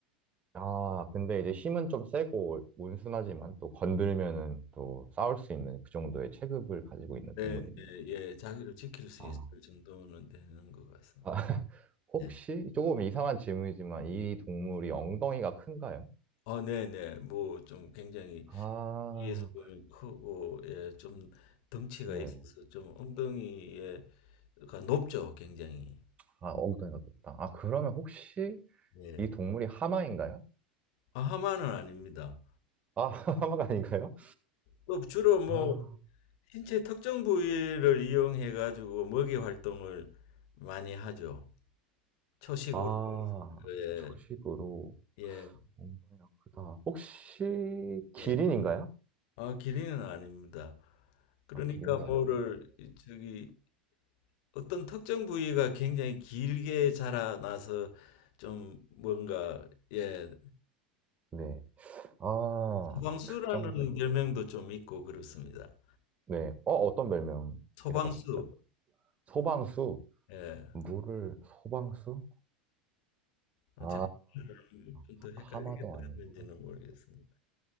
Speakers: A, on the right; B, on the left.
A: 아, 근데 이제 힘은 좀 세고 온순하지만 또 건들면은 또 싸울 수 있는 그 정도의 체급을 가지고 있는
B: 네,
A: 동물이네요.
B: 네, 예 자기를 지킬 수
A: 아,
B: 있을 정도는 되는 것 같습니다.
A: 아, <laughs> 혹시
B: 네.
A: 조금 이상한 질문이지만 이 동물이 엉덩이가 큰가요?
B: 아, 네, 네. 뭐 좀 굉장히
A: 아,
B: 뒤에서 보면 크고 예 좀 덩치가
A: 네.
B: 있어서 좀 엉덩이에가 높죠, 굉장히.
A: 아, 엉덩이가 높다. 아, 그러면 혹시
B: 예.
A: 이 동물이 하마인가요?
B: 아, 하만은 아닙니다.
A: 아, <laughs> 하마가 아닌가요?
B: 또 주로 뭐
A: 아.
B: 신체 특정 부위를 이용해 가지고 먹이 활동을 많이 하죠. 초식으로.
A: 아,
B: 예.
A: 초식으로
B: 예.
A: 엉덩이가 크다. 혹시 기린인가요?
B: 예. 아, 기린은 아닙니다. 그러니까
A: 아, 기린도
B: 뭐를
A: 아닌가요?
B: 이- 저기 어떤 특정 부위가 굉장히 길게 자라나서 좀 뭔가 예.
A: 네. 아,
B: 소방수라는
A: 특정 부위.
B: 별명도 좀 있고 그렇습니다.
A: 네. 어, 어떤 별명이라고
B: 소방수.
A: 하셨죠? 소방수.
B: 예.
A: 물을, 소방수?
B: 어,
A: 아,
B: 제가 좀더
A: 하-
B: 헷갈리게
A: 하마도
B: 들었는지는
A: 아니고.
B: 모르겠습니다.